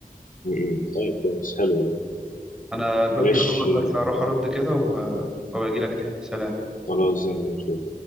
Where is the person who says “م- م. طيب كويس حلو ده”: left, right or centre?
Left